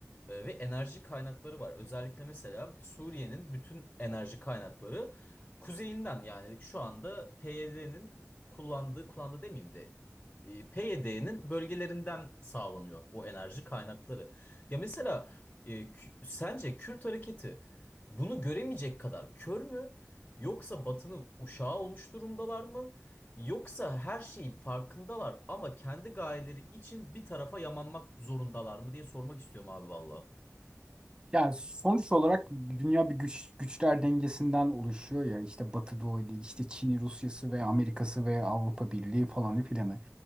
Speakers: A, on the left (about 25°); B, on the right (about 15°).
A: e, ve enerji kaynakları var. Özellikle mesela Suriye'nin bütün enerji kaynakları kuzeyinden yani şu anda PYD'nin kullandığı, kullandığı demeyeyim de e, PYD'nin bölgelerinden sağlanıyor o enerji kaynakları. Ya mesela e, Kü- sence Kürt hareketi bunu göremeyecek kadar kör mü? Yoksa Batı'nın uşağı olmuş durumdalar mı? Yoksa her şeyin farkındalar ama kendi gayeleri için bir tarafa yamanmak zorundalar mı diye sormak istiyorum abi valla.
B: Yani sonuç olarak dünya bir güç güçler dengesinden oluşuyor ya işte Batı Doğu'yla işte Çin'i, Rusya'sı ve Amerika'sı ve Avrupa Birliği falanı filanı.